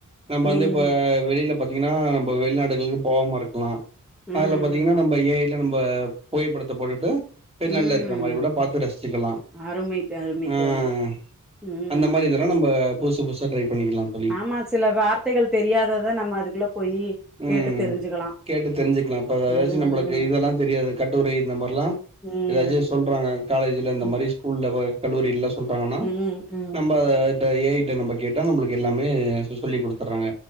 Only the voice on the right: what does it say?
நம்ம வந்து
இப்ப வெளில பாத்தீங்கன்னா நம்ம வெளிநாடுகளுக்கு போகாம இருக்கலா
அதுல பாத்தீங்கன்னா நம்ம இப்ப ஏ ஐ ல நம்ம புகைப்படத்த போட்டுட்டு வெளிநாட்ல
இருக்குற மாரி கூட பாத்து ரசிச்சுக்கலா
ஆஹ்
அந்த மாரி
இதெல்லா
நம்ம புதுசு புதுசா ட்ரை பண்ணிக்கலா தோழி
ம்
கேட்டு தெரிஞ்சுக்கலா இப்ப எதாச்சு
நம்புளுக்கு இதெல்லா தெரியாது கட்டுரை இந்த மாரிலா
எதாச்சு சொல்றாங்க காலேஜ்ல இந்த
மாரி ஸ்கூல்ல கல்லூரில சொல்றாங்கன்னா
நம்ப இப்ப ஏ ஐ கிட்ட நம்ப கேட்டா நம்புளுக்கு எல்லாமே சொ சொல்லி குடுத்துறாங்க